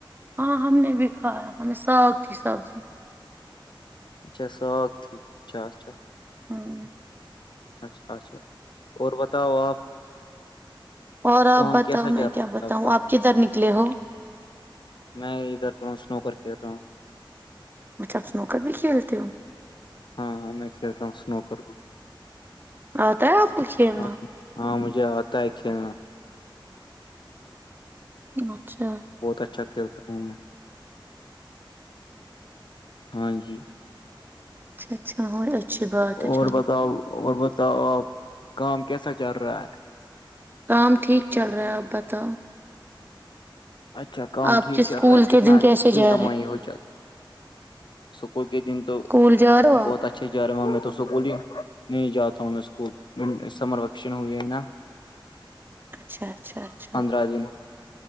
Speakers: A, on the right; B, on the left.
A: ہاں ہم نے بھی کھایا ہمیں ساگ تھی سبزی
B: اچھا ساگ تھی اچھا اچھا
A: ہاں
B: اچھ اچھا اور بتاؤ آپ
A: اور
B: کام
A: آپ بتاؤ
B: کیسا چل
A: میں
B: رہا
A: کیا بتاؤں
B: ہے کا
A: آپ کدھر نکلے ہو
B: میں ادھر سنو کر کھیل رہا ہوں
A: اچھا اسنوک بھی کھیلتی ہو
B: ہاںاں میں کھیلتا ہوںنو کر
A: آ تو آپ کو کھیناا
B: ہاں
A: <unintelligible>
B: ہاں مجھے آتا ہے کھیلنا <unintelligible>
A: اچھا <unintelligible>
B: بہت اچھا کھیلتا ہوں <unintelligible> ہاں جی
A: اچھا اچھی اچھا بات ہے
B: اور
A: چلو
B: بتاؤ اور بتاؤ آپ کام کیسا چل رہا ہے
A: کام ٹھیک چل رہا ہے آپ بتاؤ
B: اچھا کام
A: آپ
B: ٹھیک
A: کے اسکول
B: چل رہا ہے کتنا
A: کے دن
B: کتنی
A: کیسے جا
B: کمائی
A: رہے ہیں
B: ہو جاتی سکول کے دن تو
A: اسکول جا رہے ہو
B: بہت
A: آپ
B: اچھے جا رہا ہوں میں تو سکول ہی نہیں جاتا ہوں میں اس کو سمر ویکیشن ہوئے ہے نا
A: اچھا اچھا اچھا
B: ای میں